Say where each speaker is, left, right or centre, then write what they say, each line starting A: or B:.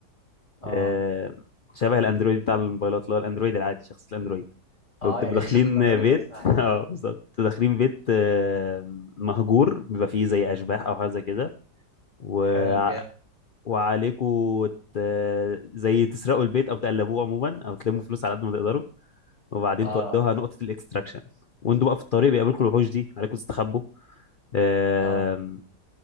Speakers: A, on the left; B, on the left.
A: اه
B: آه، شبه الاندرويد بتاع الموبايلات اللي هو الاندرويد العادي شخصية الاندرويد وبتبقوا
A: اه يعني
B: داخلين
A: <laughs> شخصيه اندرويد
B: بيت
A: نفسها
B: <laughs> اه بالظبط بتبقوا داخلين بيت آه، مهجور بيبقى فيه زي اشباح او حاجه زي كده وع-
A: حلو جامد
B: وعليكوا ت- زي تسرقوا البيت او تقلبوه عموما او تلموا فلوس على قد ما تقدروا وبعدين
A: اه
B: تودوها
A: اه
B: نقطة الاكستراكشن وانتوا بقى في الطريق بيقابلكم الوحوش دي عليكم تستخبوا آم،
A: اه